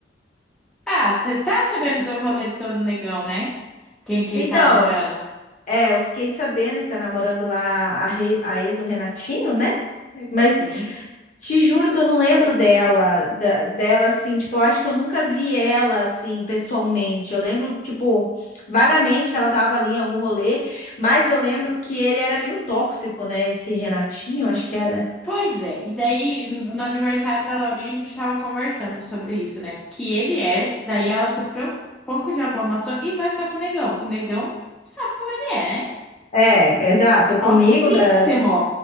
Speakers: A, in the centre; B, on the left.
A: Ah, você tá sabendo do rolê do todo negão, né? Quem que
B: Então,
A: ele tá namorando?
B: é, eu fiquei sabendo que tá namorando lá a, re- a ex do Renatinho, né? Mas
A: Sim.
B: Te juro que eu não lembro dela, da- dela assim, tipo, eu acho que eu nunca vi ela assim pessoalmente. Eu lembro, tipo, vagamente que ela tava ali em algum rolê, mas eu lembro que ele era meio tóxico, né? Esse Renatinho, acho que era.
A: Pois é. E daí, n- no aniversário da Laurinha, a gente tava conversando sobre isso, né? Que ele é, daí ela sofreu um pouco de abomaçou e vai ficar com o negão. Com o negão, sabe como ele é, né?
B: É, exato. Comigo,
A: Toxíssimo.
B: da,